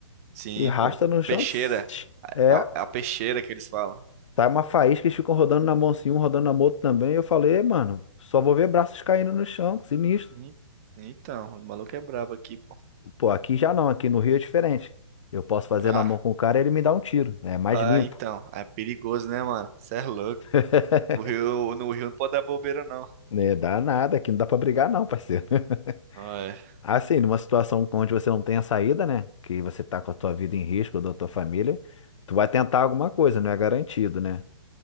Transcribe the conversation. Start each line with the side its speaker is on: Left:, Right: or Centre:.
Right: Sim,
Left: e arrasta
Right: pô.
Left: no
Right: A peixeira.
Left: chão. <tsk> É.
Right: A, a peixeira que eles falam.
Left: Tá uma faísca, eles ficam rodando na mão assim, um rodando na mão outro também. Eu falei, "Ei, mano, só vou ver braços caindo no chão, que sinistro.
Right: Hum, Então, o maluco é brabo aqui, pô.
Left: Pô, aqui já não, aqui no Rio é diferente. Eu posso fazer
Right: Ah,
Left: na mão com o cara e ele me dá um tiro. É mais
Right: ah,
Left: limpo.
Right: então. É perigoso, né, mano? Cê é louco.
Left: <laughs>
Right: No Rio, no Rio não pode dar bobeira, não.
Left: Né, dá nada, aqui não dá pra brigar não, parceiro. <laughs>
Right: Ah, é.
Left: Assim, numa situação onde você não tem a saída, né? Que você tá com a tua vida em risco, da tua família, tu vai tentar alguma coisa, não é garantido, né?